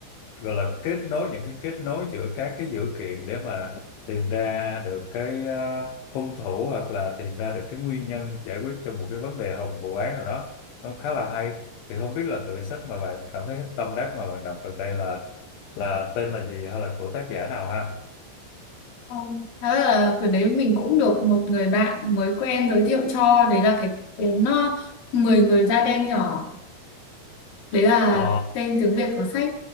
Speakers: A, on the left; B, on the left.
A: gọi là kết nối những cái kết nối giữa các cái dữ kiện để mà tìm ra được cái ờ, hung thủ hoặc là tìm ra được cái nguyên nhân giải quyết cho một cái vấn đề hoặc một vụ án nào đó nó khá là hay thì không biết là tựa sách mà bạn cảm thấy tâm đắc mà bạn đọc gần đây là là tên là gì hay là của tác giả nào ha
B: Không. Đó là cái đấy mình cũng được một người bạn mới quen giới thiệu cho đấy là cái cuốn nó 10 người da đen nhỏ đấy là
A: Ờ,
B: tên tiếng Việt của sách